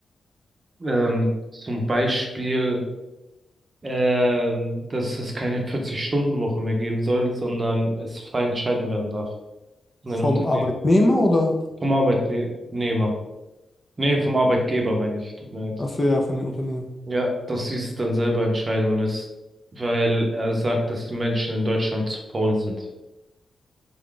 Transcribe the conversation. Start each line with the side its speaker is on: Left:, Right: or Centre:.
Right: Ähm, zum Beispiel ähm, dass es keine 40-Stunden-Woche mehr geben soll, sondern es frei entscheiden werden darf von den
Left: vom
Right: Unternehmen.
Left: Arbeitnehmer oder?
Right: Vom Arbeitnehmer. Nee, vom Arbeitgeber meine ich, tut mir leid.
Left: Achso, ja, von den Unternehmen.
Right: Ja, dass sie es dann selber entscheiden und es, weil er sagt, dass die Menschen in Deutschland zu faul sind.